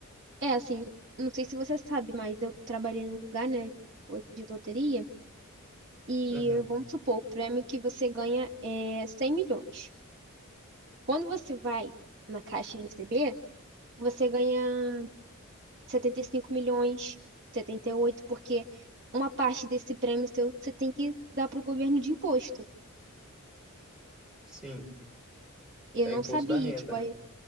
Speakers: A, on the right; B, in the centre.
A: é assim, não sei se você sabe, mas eu trabalhei num lugar, né, coisa de loteria, e
B: Uhum.
A: vamos supor, o prêmio que você ganha é 100 milhões. Quando você vai na caixa receber, você ganha. setenta e cinco milhões, 78 porque uma parte desse prêmio seu você tem que dar pro governo de imposto.
B: Sim,
A: E
B: é
A: eu não
B: o imposto
A: sabia,
B: da renda,
A: tipo,
B: né?
A: aí,